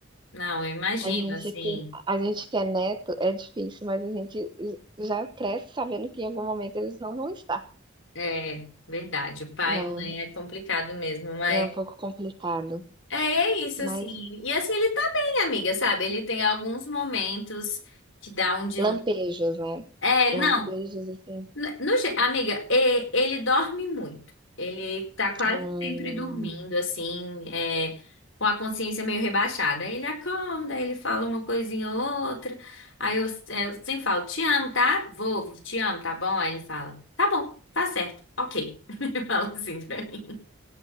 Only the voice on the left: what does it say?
Não, eu imagino,
assim,
é verdade, o pai
e mãe é complicado mesmo, mas
é, é isso,
assim, e assim, ele tá bem, amiga, sabe, ele tem alguns momentos que dá um de...
É,
não,
N- no ge- amiga, e- ele dorme muito. Ele tá quase
sempre dormindo, assim, é, com a consciência meio rebaixada. Aí ele acorda, aí ele fala uma coisinha ou outra. Aí eu, é, eu sempre falo, te amo, tá? Vou, te amo, tá bom? Aí ele fala, tá bom, tá certo, ok. <laughs> Ele fala assim pra mim.